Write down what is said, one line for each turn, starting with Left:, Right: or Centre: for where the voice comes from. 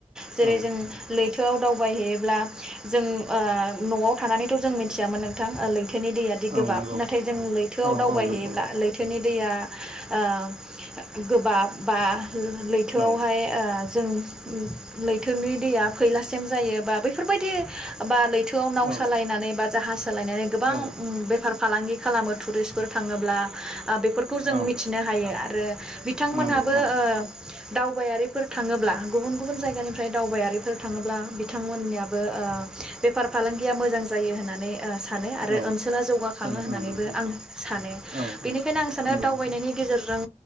Centre: जेरै
Right: औ
Centre: जों लै थोआव दावबायहैयोब्ला जों ओ नआव थानानैथ जों मिथियामोन नोंथां लैथो दैयादि गोबाब
Right: औ नंगौ
Centre: नाथाय जों लैथोआव
Right: औ
Centre: दावबायहैयोब्ला
Right: औ नंगौ
Centre: लैथोनि दैया ओ गोबाब बा लैथोआवहाय
Right: औ
Centre: ओ जों लैथोनि दैया फैलासेम जायो बा बेैफोरबायदि बा लै थोआव नाव
Right: औ
Centre: सालायनानै बा जाहास सालायनानै गोबां
Right: औ
Centre: बेफार फालांगि खालामो टुरिस्टफोर थाङोब्ला ओ बेफोरखौ जों
Right: औ
Centre: मिथिनो हायो आरो आरो बिथांमोनहाबो
Right: नंगौ औ
Centre: ओ दावबायारिफोर थाङोब्ला गुबुन गुबुन जायगानिफ्राय दावबायारिफोर थाङोब्ला बिथांमोननियाबो ओ बेफार फालांगिया मोजां जायो होननानै सानो आरो
Right: औ
Centre: ओनसोला जौगाखाङो
Right: सानो
Centre: होननानैबो
Right: औ नंगौ
Centre: आं सानो
Right: औ
Centre: बेनिखायनो
Right: औ
Centre: आं सानो
Right: नंगौ
Centre: दावबायनायनि
Right: नोंथां
Centre: गेजेरजों